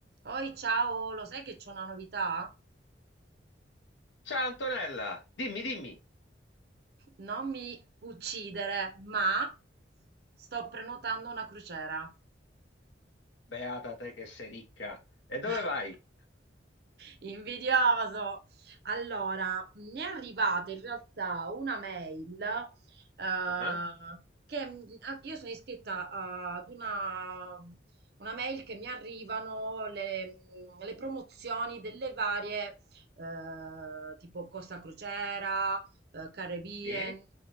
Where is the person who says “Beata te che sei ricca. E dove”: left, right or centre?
Left